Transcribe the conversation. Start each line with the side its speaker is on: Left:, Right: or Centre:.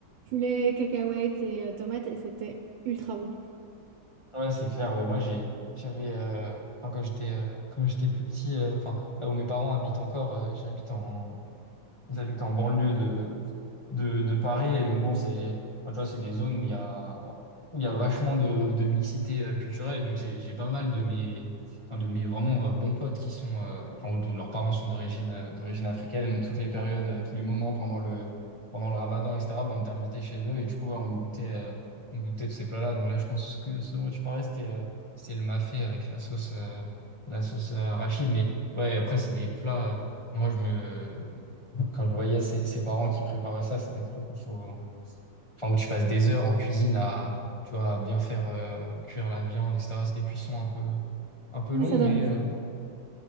Right: poulet, cacahuète et euh, tomate, et c'était ultra bon.
Left: Ouais, c'est clair. Ouais, moi, j'ai, j'avais, euh, enfin, quand j'étais, euh, quand j'étais plus petit, euh, enfin, là où mes parents habitent encore, euh, j'habite en, j'habite en banlieue de, de, de Paris. Et donc, bon, c'est, enfin, tu vois, c'est des zones où il y a, où il y a vachement de, de mixité euh, culturelle. Et donc, j'ai, j'ai pas mal de mes, enfin, de mes vraiment euh, bons potes qui sont, euh, enfin, dont leurs parents sont d'origine, euh, d'origine africaine. Donc, toutes les périodes, euh, tous les moments pendant le, pendant le ramadan, etc., bon, on était invités chez eux. Et du coup, ouais, on goûtait, euh, on goûtait de ces plats-là. Donc, là, je pense que ce dont tu parlais, c'était, euh, c'est le mafé avec la sauce, euh, la sauce euh, arachide. Mais ouais, après, c'est des plats. euh, moi, je me, quand je voyais ses, ses parents qui préparaient ça, c'est des trucs où faut, enfin, où tu passes des heures en cuisine à, tu vois, à bien faire euh, cuire la viande, etc. C'est des cuissons un peu, un peu
Right: Mais
Left: longs,
Right: ça
Left: mais,
Right: donne.
Left: euh,